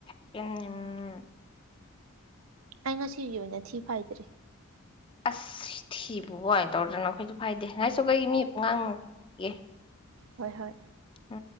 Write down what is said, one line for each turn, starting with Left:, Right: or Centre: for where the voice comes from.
Left: ꯎ <unintelligible>
Right: ꯑꯩ ꯉꯁꯤꯒꯤ ꯑꯣꯏꯅ ꯊꯤ ꯐꯥꯏꯗ꯭ꯔꯔꯤ
Left: ꯑꯁ ꯊꯤꯕꯨ ꯋꯥ ꯑꯣꯏ ꯇꯧꯗꯅ ꯑꯩꯈꯣꯏꯁꯨ ꯐꯥꯏꯗꯦ ꯉꯥꯏꯁꯨ ꯀꯩ ꯃꯤ ꯉꯥꯡꯉꯒꯦ
Right: ꯍꯣꯏ ꯍꯣꯏ
Left: ꯎ